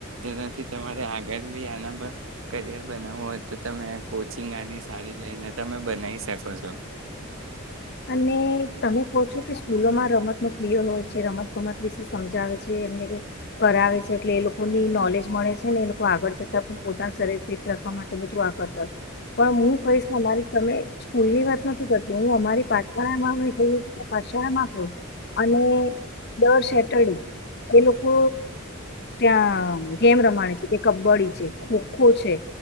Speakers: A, on the right; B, on the left.
A: જેનાથી તમારે આગળ બી આના પર કરિયર બનાવવું હોય તો તમે કોચિંગ આની સારી લઈને તમે બનાવી શકો છો.
B: અને તમે કહો છો કે સ્કૂલોમાં રમત ન પ્રિય હોય છે રમત ગમત વિશે સમજાવે છે એમને કરાવે છે એટલે એ લોકોની નોલેજ મળે છે ને એ લોકો આગળ જતા પણ પોતાના શરીર ફિટ રાખવા માટે બધું આ કરતા. પણ હું કહીશ તમારી તમે સ્કૂલ ની વાત નથી કરતો હું અમારી <unintelligible> પછમાંખું અને દર સેટરડે એ લોકો ત્યાં ગેમ રમાણે છે કે કબડ્ડી છે ખોખો છે